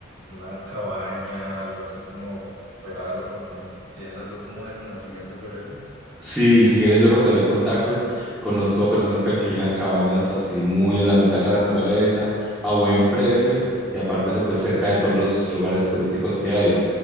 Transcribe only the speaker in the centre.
Sí, si quieres luego te doy contactos. Conozco personas que alquilan cabañas así muy en la mitad de la naturaleza, a buen precio y aparte de eso, pues cerca de todos los lugares turísticos que hay.